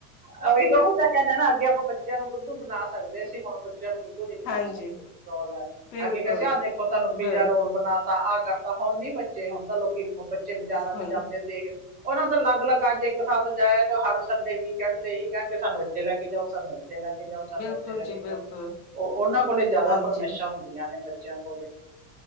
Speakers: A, on the right (about 20°); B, on the left (about 80°).
A: ਤਾਂ ਕਹਿੰਦੇ ਨਾ ਅੱਗੇ ਆਪਾਂ ਬੱਚਿਆਂ ਨੂੰ ਬੁੱਧੂ ਬਣਾ ਸਕਦੇ ਸੀ ਹੁਣ ਨੂੰ ਬੁੱਧੂ ਨੀ ਬਣਾ
B: ਹਾਂਜੀ
A: ਸਕਦੇ ਰੋਲ ਹੈ
B: ਬਿਲਕੁਲ
A: ਅੱਗੇ ਕੈ ਹਾਂ ਦੇਖੋ ਤੁਹਾਨੂੰ ਪੀਜ਼ਾ
B: ਬਿਲ-
A: ਰੋਲ ਬਣਾ ਤਾਂ ਆਹ ਕਰਤਾ ਹੁਣ ਨੀ ਬੱਚੇ ਹੁਣ ਤਾਂ ਲੋਕੀ ਬੱਚੇ ਬਾਜ਼ਾਰਾਂ
B: ਹਾਂ,
A: ਚ ਜਾਂਦੇ ਦੇਖ ਉਹਨਾਂ ਦਾ ਅਲੱਗ-ਅਲੱਗ ਅੱਜ ਇੱਕ ਸਥ ਜਾਇ ਤੇ ਉਹ ਹਰ ਸੰਡੇ ਵੀਕਐਂਡ ਤੇ ਇਹੀ ਕਹਿਣਗੇ ਸਾਨੂੰ ਇੱਥੇ ਲੈ ਕੇ ਜਾਓ ਸਾਨੂੰ ਇਥੇ ਲੈ ਕੇ ਜਾਓ ਸਾਨੂੰ
B: ਬਿਲਕੁਲ
A: ਇੱਥੇ ਲੈ
B: ਜੀ
A: ਕੇ ਜਾਓ
B: ਬਿਲਕੁਲ
A: ਉਹ ਉਹਨਾਂ ਕੋਲੇ ਜਿਆਦਾ
B: ਹਾਂਜੀ
A: ਫਰਮੈਸ਼ਾਂ ਹੁੰਦੀਆਂ ਨੇ। ਚਿਆਂ ਕੋਲੇ